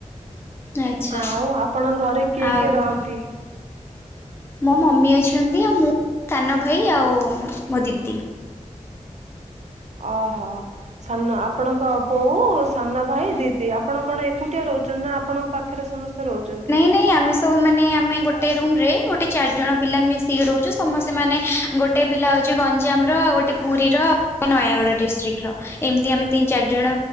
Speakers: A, on the left; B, on the right.
A: ଆଚ୍ଛା
B: ଆଉ ଆପଣଙ୍କ ଘରେ କିଏ-କିଏ
A: ଆଉ କଣ
B: ରହନ୍ତି?
A: ମୋ ମମି ଅଛନ୍ତି ଆଉ ମୁଁ ସାନ ଭାଇ ଆଉ ମୋ ଦିଦି।
B: ଅ ହ ସାନ ଆପଣଙ୍କ ବୋଉ ସାନ ଭାଇ ଦିଦି ଆପଣ କଣ ଏକୁ ଟିଆ ରହୁଛନ୍ତି ନା ଆପଣଙ୍କ ପାଖରେ ସମସ୍ତେ ରହୁଛନ୍ତି?
A: ନାଇଁ ଆମେ ସ ସବୁ ମାନେ ଆମେ ଗୋଟେ ରୁମ୍ ରେ ଗୋଟେ ଚାରିଜଣ ପିଲା ମିଶିକି ରହୁଛୁ ସମସ୍ତେ ମାନେ ଗୋଟେ ପିଲା ହେଉଛି ଗଞ୍ଜାମର ଆଉ ଗୋଟେ ପୁରୀର ଆଉ ଗୋଟେ ନୟାଗଡ଼ ଡିଷ୍ଟ୍ରିକ୍ଟର। ଏମିତି ଆମେ ତିନି ଚାରି ଜଣ